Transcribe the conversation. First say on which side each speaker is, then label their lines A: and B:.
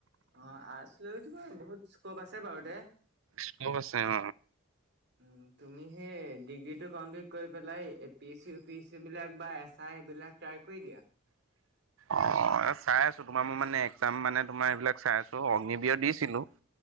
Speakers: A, on the right (about 55°); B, on the right (about 75°).
A: অ, আছিল বাৰু বহুত সকোপ আছে বাৰটে।
B: ছে, আছে উম।
A: উম, তুমি সেই ডিগ্ৰীটো কমপ্লিট কৰি পেলাই A P SC U P SC বিলাক বা এছ আই এই বিলাক ট্ৰাই কৰি দিয়া।
B: অ, চাই আছো তোমাৰ মোৰ মানে একজাম মানে তোমাৰ এইবিলাক চাই আছো। ত অগ্নিবিৰত দিছিলোঁ।